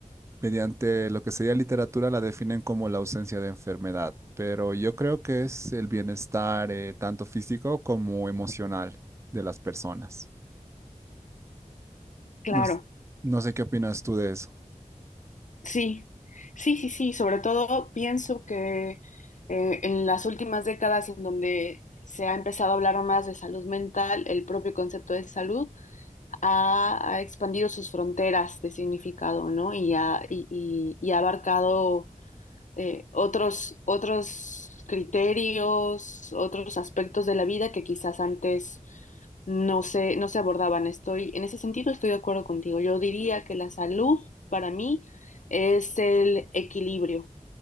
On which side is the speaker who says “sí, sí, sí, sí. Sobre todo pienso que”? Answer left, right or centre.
Left